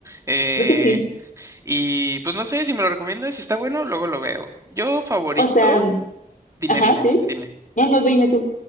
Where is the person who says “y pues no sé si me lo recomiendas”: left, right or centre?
Right